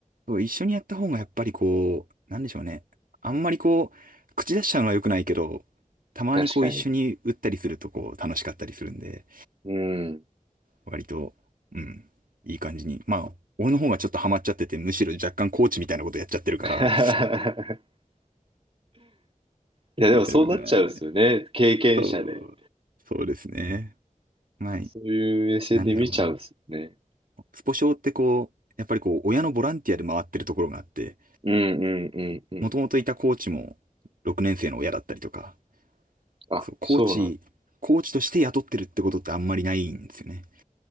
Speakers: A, on the right (about 90°); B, on the right (about 40°).
A: そう一緒にやった方がやっぱりこう、なんでしょうね。あんまりこう、口出しちゃうのは良くないけど、たまにこう一緒に打ったりするとこう楽しかったりするんで、
B: 確かに。うん。
A: 割と、うん、いい感じに。まあ、俺の方がちょっとハマっちゃってて、むしろ若干コーチみたいなことやっちゃってるから、
B: <laughs> いや、でもそうなっちゃうんですよね。
A: えー
B: 経験者で。
A: そう、そうですね。まあ、
B: そういう目線で見ちゃうんですよね。
A: なんだろうな。スポ少ってこう、やっぱりこう、親のボランティアで回ってるところがあって、
B: うんうんうんうん。
A: もともといたコーチも6年生の親だったりとか、
B: あ、
A: そう、コーチ、
B: そうなんだ。
A: コーチとして雇ってるってことってあんまりないんですよね。